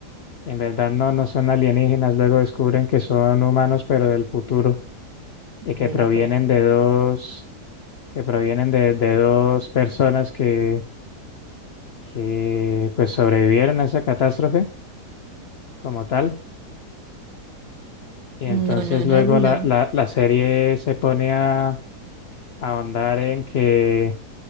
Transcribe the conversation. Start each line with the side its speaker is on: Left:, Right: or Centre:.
Left: En verdad no, no son alienígenas, luego descubren que son humanos, pero del futuro, y
Right: Vea
Left: que provienen
Right: pues.
Left: de dos, que provienen de, de dos personas que, que pues sobrevivieron a esa catástrofe como tal. Y
Right: No,
Left: entonces
Right: no, no,
Left: luego
Right: no.
Left: la, la, la serie se pone a, a ahondar en que